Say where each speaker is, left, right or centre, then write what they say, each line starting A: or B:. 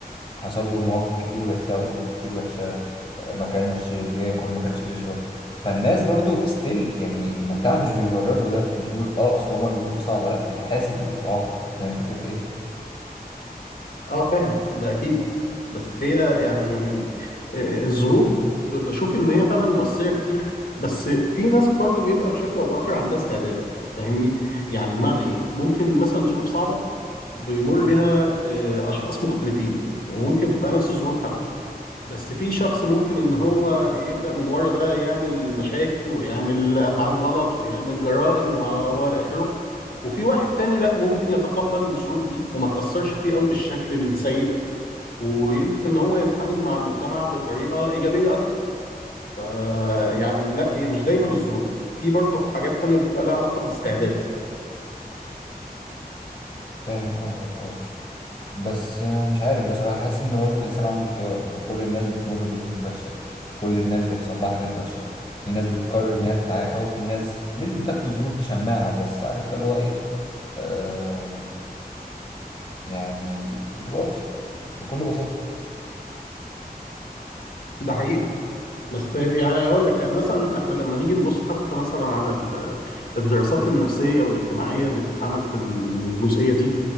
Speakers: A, on the left (about 40°); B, on the left (about 70°).
A: حصل له مواقف كتير وحشه او ظروف كتير وحشه آه، ما كانش بياكل ما كانش بيشرب فالناس برضو ستيل يعني المجتمع مش بيبرر له ده مش بيقول اه اصل هو مر بظروف صعبه لا بيتحاسب وبيتعاقب فاهم الفكره في ايه
B: اه فاهم ده اكيد بس هي يعني آه، الظروف ب- بشوف ان هي فعلا مؤثره كتير بس في ناس برضو بيبقى بشكل او باخر عندها استعداد فاهمني يعني بمعنى ايه ممكن مثلا ظروف صعبه بيمر بيها آه، اشخاص مختلفين وممكن تبقى نفس الظروف حتى بس في شخص ممكن ان هو يبدأ من ورا ده يعمل مشاكل ويعمل افعال غلط ويعمل جرائم و و الى اخره وفي واحد تاني لا ممكن يتقبل الظروف دي وما تأثرش فيه قوي بالشكل السيء ويبدأ ان هو يتعامل مع المجتمع بطريقة إيجابية اكتر ف- يعني لا هي مش دايما الظروف في برضه حاجات تانية بتبقى لها علاقة بالاستعداد
A: فاهم قصدك اه بس آه، مش عارف بصراحة حاسس إن برضه الإنسان عنده الخيار ما كل الناس بتمر بظروف وحشة كل الناس بيحصل لها حاجات وحشة في ناس بتقرر إن هي تتعافى وفي ناس مش بتاخد الظروف دي شماعة بس عرفت اللي هو إيه آه يعني بتبقى وحشة بكل بساطة
B: ده حقيقي بس يعني اقول لك يعني مثلا احنا لما نيجي نبص حتى مثلا على ال- الدراسات النفسيه والاجتماعيه اللي بتتعمل في الجزئيه دي